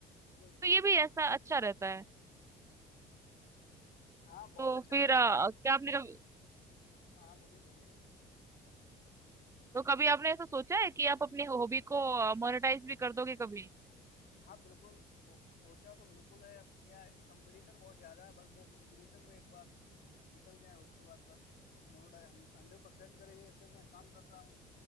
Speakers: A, on the left; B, on the right.
A: बिल्कुल
B: तो ये
A: बिल्कुल
B: भी ऐसा अच्छा रहता है
A: हाँ बहुत
B: तो
A: अच्छा
B: फिर
A: रहता
B: अ,
A: है
B: क्या आपने कभी
A: हाँ बोलिए बोलिए
B: तो कभी आपने ऐसा सोचा है कि आप अपनी हॉबी को मोनेटाइज भी कर दोगे कभी
A: हाँ बिल्कुल तो, सोचा तो बिल्कुल है अब क्या कंपटीशन बहुत ज्यादा है बस वो कंपटीशन में एक बार निकल जाए उसके बाद बस मोनोडाई हंड्रेड परसेंट करेंगे इस पे मैं काम कर रहा हूँ